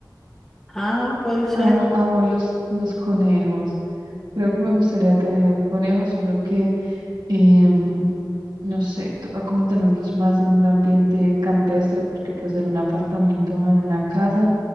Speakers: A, in the centre; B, on the right.
A: Ah, puede ser.
B: Amo, amo los, los conejos. Creo que me gustaría tener conejos, solo que, em, no sé, toca como tenerlos más en un ambiente campestre, porque pues en un apartamento, en una casa,